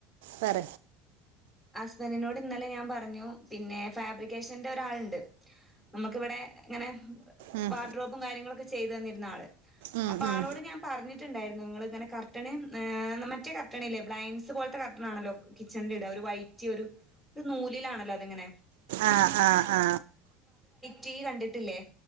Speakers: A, on the right; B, in the centre.
A: പറ
B: ഹസ്ബൻ്റെനോട് ഇന്നലെ ഞാൻ പറഞ്ഞു പിന്നെ ഫാബ്രിക്കേഷന്റെ രാളുണ്ട് മ്മക്കിവിടെ ങ്ങനെ
A: ഉം
B: വാർഡ്രോപ്പും കാര്യങ്ങളും ഒക്കെ ചെയ്തു തന്നിരുന്ന ആള്.
A: ഉം
B: അപ്പൊ
A: ഉം
B: ആളോട് ഞാൻ പറഞ്ഞിട്ടുണ്ടായിരുന്നു നിങ്ങൾ ഇങ്ങനെ കർട്ടണ് മറ്റേ കർട്ടണല്ലേ ബ്ലൈൻ്റസ് പോലത്തെ കർട്ടൺ ആണല്ലോ കിച്ചണിൽ ഇടന്നുത് ഒര് വൈറ്റ് ഒരു ഒരു നൂലിലാണല്ലോ അതിങ്ങനെ
A: ആ ആ ആ
B: ചീ കണ്ടിട്ടില്ലേ